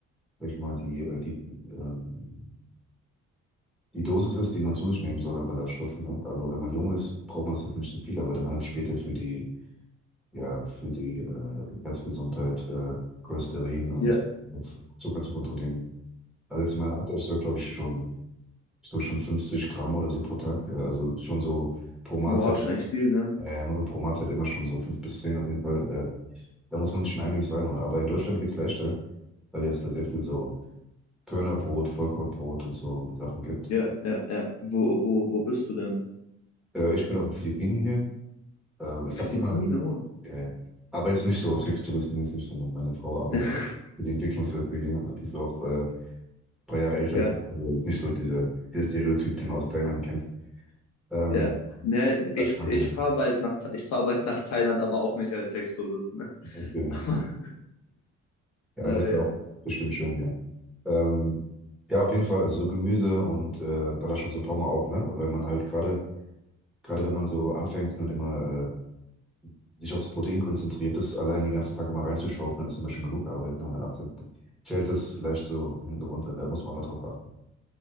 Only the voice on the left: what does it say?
ja.
Boah, schon echt viel, ne?
Ja, ja, ja. Wo, wo, wo bist du denn?
Philippinen,
oh.
<laughs>
Ja,
ja. Ne, ich,
ich
fahre bald nach, Tha- ich fahr bald nach Thailand, aber auch nicht als Sextourist, ne?
<laughs>
Äh,
ja,
ja.